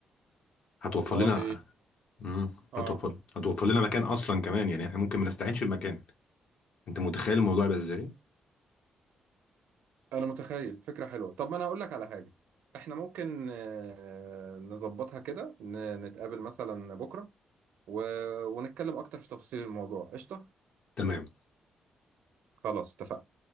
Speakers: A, on the left; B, on the right.
A: هتوفر
B: والله
A: لنا امم
B: اه
A: هتوفر هتوفر لنا مكان اصلا كمان يعني احنا ممكن ما نستعينش بمكان انت متخيل الموضوع يبقى ازاي
B: انا متخيل فكرة حلوة طب ما انا هقول لك على حاجة احنا ممكن آه، نظبطها كده ن- نتقابل مثلا بكرة و... ونتكلم اكتر في تفاصيل الموضوع قشطة
A: تمام
B: خلاص اتفقنا